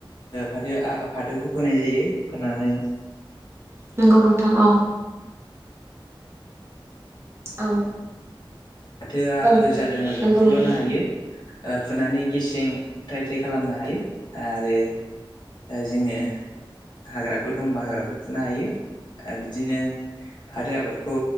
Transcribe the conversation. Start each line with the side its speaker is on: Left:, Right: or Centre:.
Left: फाथो फाथोखौ फोनाय जायो फोननानै
Right: नंगौ नोंथां औ औ
Left: फाथोआ
Right: औ
Left: रोजादोंबा जों
Right: नंगौ
Left: फुख्ल'नो
Right: नोंथां।
Left: हायो। फुनानै गेसें थ्राइ थाय खालामनो हायो आरो जोङो हाग्राफोर दंबा हाग्राफोर फुनो हायो आरो बिदिनो फाथो आबादखौ